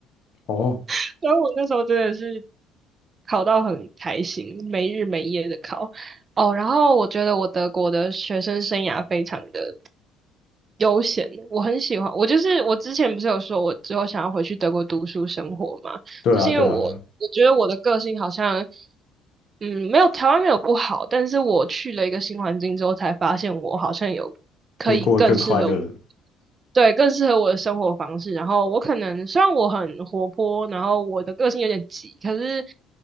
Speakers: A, on the left; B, on the right.
A: 哦，
B: <laughs> 所以我那时候真的是烤到很开心，没日没夜的烤。哦，然后我觉得我德国的学生生涯非常的悠闲，我很喜欢。我就是我之前不是有说，我之后想要回去德国读书生活嘛，
A: 对啊，
B: 就是因为我我觉得我的个性好像，
A: 对啊，
B: 嗯，没有台湾没有不好，但是我去了一个新环境之后，才发现我好像有可以更适合我，
A: 可以过得更快乐，
B: 对，更适合我的生活方式。然后我可能虽然我很活泼，然后我的个性有点急，可是